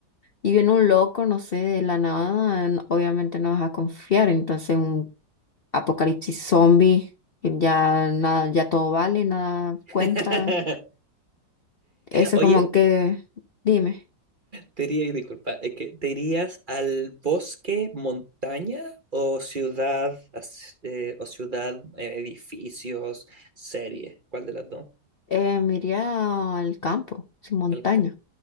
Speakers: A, on the left; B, on the right.
A: Y viene un loco, no sé, de la nada, n- obviamente no vas a confiar. Entonces, un apocalipsis zombie, que ya nada, ya todo vale, nada
B: <laughs>
A: cuenta. Eso
B: Oye,
A: como que, dime,
B: te diría, disculpa, es que ¿te irías al bosque, montaña o ciudad, as- eh, o ciudad, eh, edificios, serie? ¿Cuál de las dos?
A: eh, me iría al campo, sin montaña,
B: Al ca-